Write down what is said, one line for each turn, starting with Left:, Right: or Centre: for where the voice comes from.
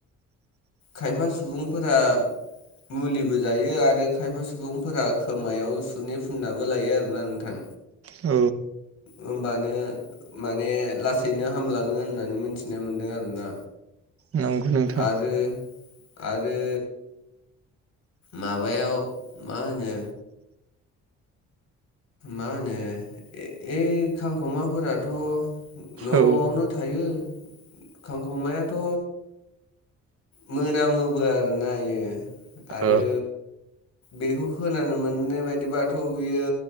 Left: खायफा सुबुंफोरा मुलिबो जायो आरो खायफा सुबुंफोरा खोमायाव सुनि फुननाबो लायो आरोना नोंथां।
Right: औ।
Left: होमबानो माने लासैनो हामलाङो होननानै मोनथिनाय मोनदों आरोना।
Right: नंगौ नोंथां
Left: आरो आरो माबायाव मा होनो मा होनो ओइ खांख'माफोराथ' न'आवनो
Right: औ
Left: थायो। खांख'मायाथ' मोनामोबो आरोना इयो आरो।
Right: ओ
Left: बेखौ खोनानो मोननाय बायदिबाथ' बियो